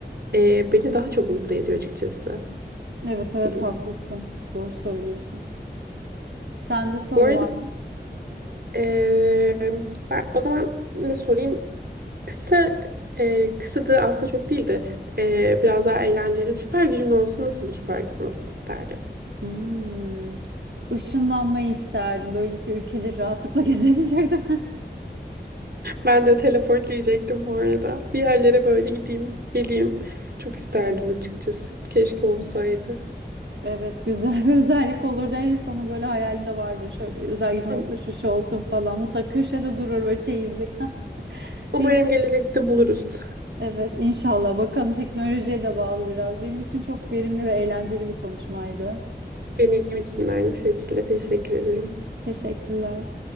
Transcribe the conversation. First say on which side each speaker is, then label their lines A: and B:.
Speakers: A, on the right; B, on the right.
A: e, beni daha çok mutlu ediyor açıkçası
B: Evet evet
A: bu durum.
B: haklısın. Doğru söylüyorsun. Sende soru
A: Bu arada
B: var.
A: e, ben o zaman ne sorayım? Kısa e, kısadı aslında çok değil de e, biraz daha eğlenceli. Süper gücün olsa nasıl bir süper gücün olsun isterdin?
B: Hmm. Işınlanmayı isterdim. Böylelikle ülkeleri rahatlıkla <laughs> gezebilirdim.
A: Ben de teleport diyecektim bu arada. Bir yerlere böyle gideyim, geleyim. Çok isterdim açıkçası. Keşke olsaydı.
B: Evet, güzel bir özellik olurdu. Her insanın böyle hayalinde vardır. Şöyle özel gücüm
A: <laughs>
B: olsa şu şu olsun falan. Mutlaka köşede durur böyle çeyizlik. <laughs>
A: Umarım
B: Benim için
A: gelecekte buluruz.
B: evet inşallah. Bakalım teknolojiye de bağlı biraz. Benim için çok verimli ve eğlenceli bir konuşmaydı.
A: Benim için de aynı şekilde teşekkür ederim.
B: Teşekkürler.